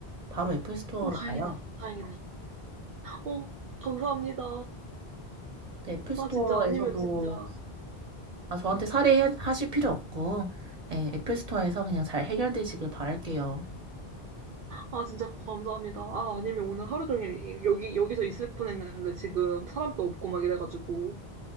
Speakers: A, on the right (about 40°); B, on the right (about 60°).
A: 바로 애플 스토어로
B: 어, 다행이다.
A: 가요.
B: 다행이다. 어, 감사합니다.
A: 근데 애플 스토어에서도
B: 아, 진짜 아니면 진짜.
A: 아, 저한테 살해하실 필요 없고, 예, 애플 스토어에서 그냥 잘 해결되시길 바랄게요.
B: 아, 진짜 감사합니다. 아, 아니면 오늘 하루 종일 여기, 여기서 있을 뻔했는데 지금 사람도 없고 막 이래가지고.